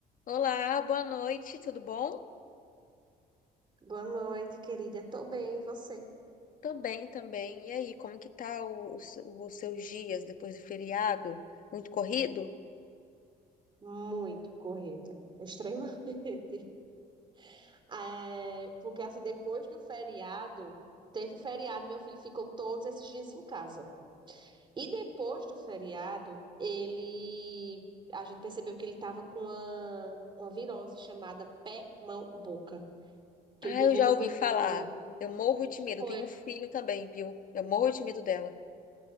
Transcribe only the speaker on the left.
Olá, boa noite, tudo bom?
Também, também. E aí, como que tá o- os, os seus dias depois do feriado? Muito corrido?
Ah,
eu já
ouvi
falar.
Eu morro de medo.
Tenho um filho também, viu? Eu morro de medo dela.